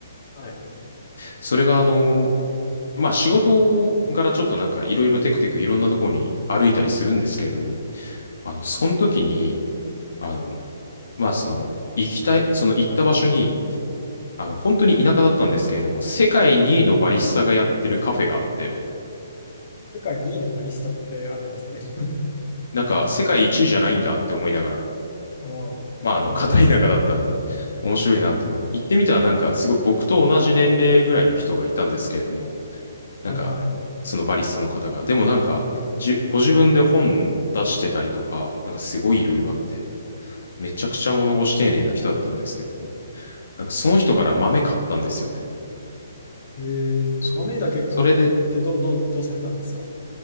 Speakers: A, on the left; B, on the left.
A: はい。
B: それがあの、まあ、仕事柄ちょっとなんかいろいろテクテクいろんなところに歩いたりするんですけれども、あの、その時に、あの、まあ、その、行きたい、その行った場所に、あの、本当に田舎だったんですけれども、世界2位のバリスタがやってるカフェがあって、
A: 世界2位のバリスタってあるんですね。<laughs>
B: なんか世界1位じゃないんだって思いながら、
A: ああ、
B: まあ、あの、
A: 面白いですね。
B: 片田舎だったんで、面白いなって思いながら、行ってみたらなんか、すごい僕と同じ年齢ぐらいの人がいたんですけれども、
A: はいはい。
B: なんか、そのバリスタの方が、でもなんか、じ、ご自分で本出してたりとか、なんかすごいいろいろあって、めちゃくちゃ物腰丁寧な人だったんですけども、なんかその人から豆買ったんですよね。
A: へえ、豆だけ買ってど、
B: そう。それで、
A: ど、どうされたんですか